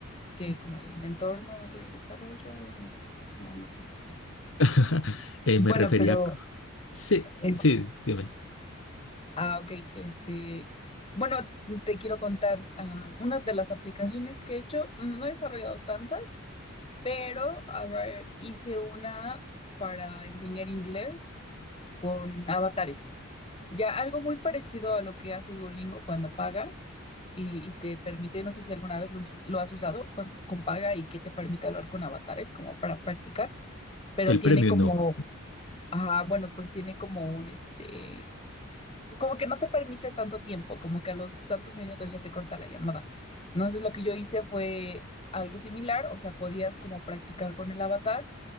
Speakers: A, on the left; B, on the left.
A: que como el entorno de desarrollo, no, no sé.
B: <laughs> Eh,
A: Bueno,
B: me refería
A: pero,
B: a... Sí,
A: eh,
B: sí, dime.
A: ah, ok, este, bueno, te quiero contar, ah, una de las aplicaciones que he hecho, no he desarrollado tantas, Pero, a ver, hice una para enseñar inglés con avatares. Ya algo muy parecido a lo que hace Duolingo cuando pagas y, y te permite, no sé si alguna vez lo, us- lo has usado cuando- con paga y que te permite hablar con avatares como para practicar, pero
B: El
A: tiene
B: premio
A: como,
B: no.
A: ah, bueno, pues tiene como un, este, como que no te permite tanto tiempo, como que a los tantos minutos ya te corta la llamada. Entonces lo que yo hice fue algo similar, o sea, podías como practicar con el avatar